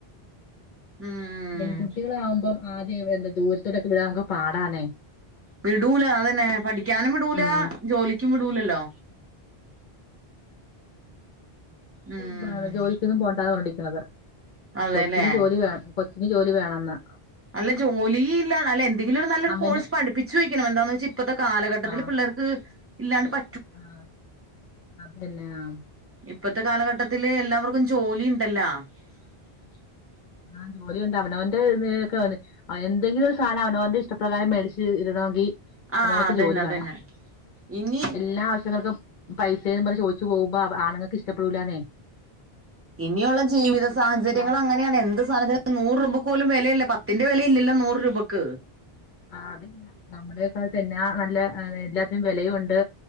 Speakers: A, on the right; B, on the left.
A: ഉം
B: പെൺകുട്ടികളാവുംമ്പം ആദ്യം എവന്ത് ദൂരത്തോടൊക്കെ വിടാ പാടാലെ
A: വിടൂല അതന്നെ പഠിക്കാനും വിടൂലാ
B: ഉം
A: ജോലിക്കും വിടൂലല്ലോ ഉം
B: പാ ജോലിക്കൊന്നും പോണ്ടാ ന്നാ പർ ഞ്ഞോണ്ടിരിക്ക്ണത്
A: അതെല്ലേ
B: കൊച്ചിന് ജോലി വേ കൊച്ചിന് ജോലി വേണംന്ന്
A: അല്ല ജോലി ഇല്ലാ അല്ല എന്തെങ്കിലും ഒരു നല്ലൊരു
B: അവനും
A: കോഴ്സ് പഠിപ്പിച്ച് വെക്കണം എന്താന്ന് വെച്ചാ ഇ ഇപ്പത്തെ കാലഘട്ടത്തിൽ
B: ആഹ്
A: പിള്ളേർക്ക് ഇല്ലാണ്ട് പ
B: ആഹ് അതന്നെ ആഹ്
A: ഇപ്പത്തെ കാലഘട്ടത്തില് എല്ലാവർക്കും ജോലി ണ്ടല്ലാ <inaudible>
B: ആ ജോലി ഉണ്ട് അവനവന്റെ നിലയിലൊക്കെ വന്നു അ എന്തെങ്കിലും ഒരു സാധനം അവനോന്റെ ഇഷ്ടപ്രകാരം മേടിച്ച് ഇടണോങ്കി
A: ആഹ്
B: അവനവൻക്ക്
A: അതന്നെ
B: ജോലി
A: അതന്നെ
B: വേണം.
A: ഇനി
B: എല്ലാ ആവശ്യങ്ങൾക്കും പൈസേ പറഞ് ചോയ്ച്ചു പോകുമ്പോ ആണുങ്ങക്ക് ഇഷ്ടപ്പെടൂലാന്നെ
A: ഇനിയുള്ള ജീവിത സാഹചര്യങ്ങൾ
B: അതാണ്
A: അങ്ങനെയാണ് എന്ത് സാനത്തി നൂറ് രൂപക്കോലും വെലല്ല. പത്തിന്റെ വെലയില്ലല്ലോ നൂറ് രൂപയ്ക്ക്
B: ആഹ് അതില്ല നമ്മുടെ കാലത്ത് എന്നാ നല്ല എല്ലാത്തിനും വെലയുണ്ട്